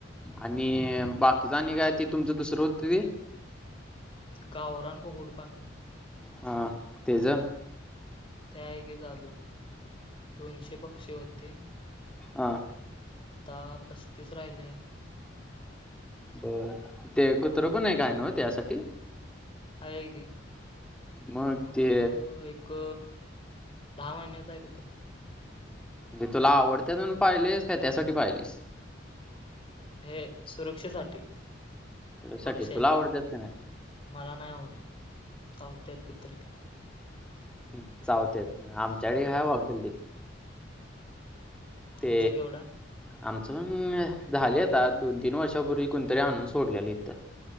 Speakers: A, in the centre; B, on the left (about 25°).
A: आणि बाकीचं आणि काय ते तुमचं दुसरं होत ते?
B: गावरां कोकडपाले.
A: ह तेज.
B: ते आहे की चालू दोनशे पक्षी होते.
A: हां.
B: आता पस्तीस राहिलीया
A: बर ते कुत्र
B: भाग
A: पण आहे काय ना म त्यासाठी.
B: आहे की
A: मग
B: मोठ
A: ते
B: एक दहा महिन्याच आहे कुत्र.
A: तुला आवडते म्हणून पाहिलेस का त्यासाठी पाहिलेस.
B: हे सुरक्षेसाठी.
A: साठी
B: बक्ष्यांच्या
A: तुला आवडतात का नाही
B: मला नाही आवडत चावतात कुत्रे.
A: ह चावत्यात आमच्याकडे
B: हा
A: काय बावा गल्लीत. ते.
B: तुमचा केवढा
A: आमचं पण झाले आ दोन तीन वर्षापूर्वी कोुणतरी आणून सोडलेली इथं.